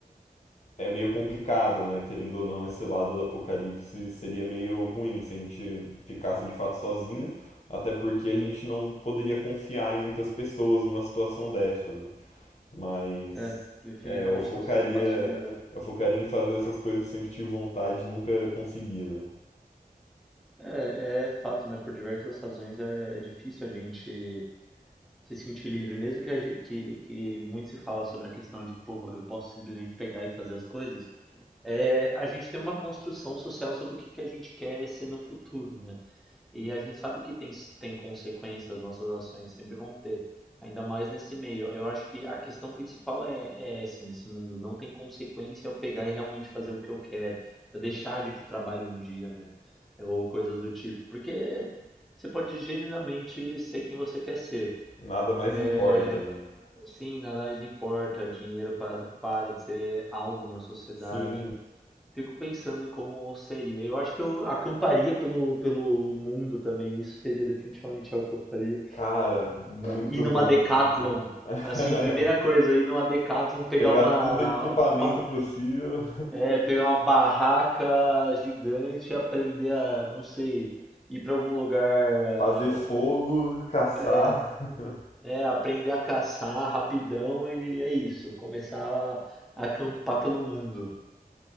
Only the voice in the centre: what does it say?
Sim,
É, definitivamente
não seria fácil de lidar.
É, é fato, né? Por diversas razões é, é difícil a gente se sentir livre, mesmo que, a ge- que, que muito se fala sobre a questão de, pô, eu posso simplesmente pegar e fazer as coisas. É, a gente tem uma construção social sobre o que, que a gente quer ser no futuro, né? E a gente sabe que tem, tem consequências, nossas ações sempre vão ter, ainda mais nesse meio. Eu acho que a questão principal é, é essa nesse mundo. Não tem consequência eu pegar e realmente fazer o que eu quero, eu deixar de ir pro trabalho um dia, né? Ou coisas do tipo. Porque você pode genuinamente ser quem você quer ser.
É,
sim, nada mais importa, dinheiro pa- para de ser algo na sociedade.
Fico pensando em como seria. Eu acho que eu acamparia pelo, pelo mundo também. Isso seria definitivamente algo que eu faria.
Ir numa
Decathlon.
Assim, primeira coisa, ir numa Decathlon, pegar
uma,
uma,
é, pegar uma barraca gigante e aprender a, não sei, ir para algum lugar,
é,
é, aprender a caçar rapidão e é isso. Começar a a acampar pelo mundo.